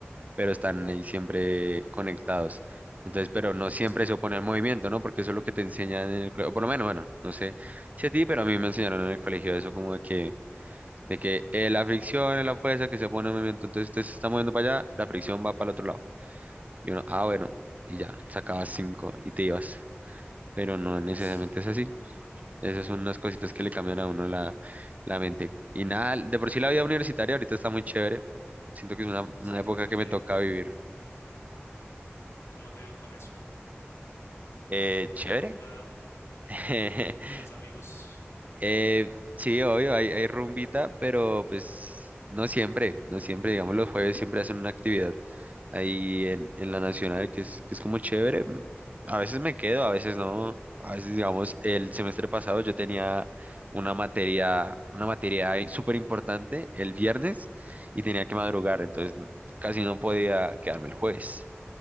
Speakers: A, on the right; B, on the left.
A: pero están ahí siempre conectados. Entonces, pero no siempre
B: Sí,
A: se opone al movimiento, ¿no? Porque eso es lo que te enseñan en el colegio, por lo menos, bueno, no sé si a ti, pero a mí me enseñaron en el colegio eso como de que, de que eh, la fricción es la fuerza que se opone al movimiento, entonces usted se está moviendo para allá, la fricción va para el otro lado. Y uno, ah, bueno, y ya, sacabas cinco y te ibas, pero no
B: vea
A: necesariamente
B: pues,
A: es así. Esas son unas cositas que le cambian a uno la, la mente. Y nada, de por sí la vida universitaria ahorita está muy chévere, siento que es una, una
B: sí,
A: época
B: como
A: que
B: te
A: me
B: digo,
A: toca vivir.
B: como te digo con eso.
A: Eh,
B: Buena
A: chévere,
B: rumba, <laughs>
A: <laughs>
B: buenos amigos.
A: Eh, sí, obvio, hay, hay rumbita, pero pues no siempre, no siempre, digamos, los jueves siempre hacen una actividad ahí en, en la Nacional, que es, que es como chévere. mm, A veces me quedo, a veces no. A veces, digamos, el semestre pasado yo tenía una materia, una materia ahí súper importante el viernes y tenía que madrugar, entonces mm, casi no podía quedarme el jueves.